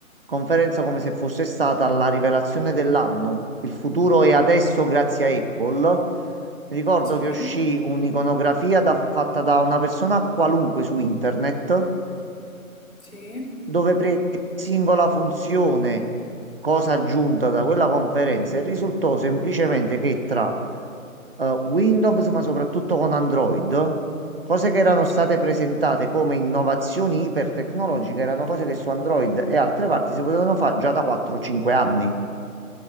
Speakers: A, on the right; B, on the left.
A: conferenza come se fosse stata la rivelazione dell'anno. Il futuro è adesso grazie a Apple. Mi ricordo
B: sì,
A: che uscì un'iconografia da- fatta da una persona qualunque su internet,
B: sì,
A: dove prese ogni singola funzione, cosa aggiunta da quella conferenza, e risultò semplicemente che tra eh, Windows, ma soprattutto con Android, cose che erano
B: sì.
A: state presentate come innovazioni ipertecnologiche, erano cose che su Android e altre parti si potevano fare già da 4-5 anni.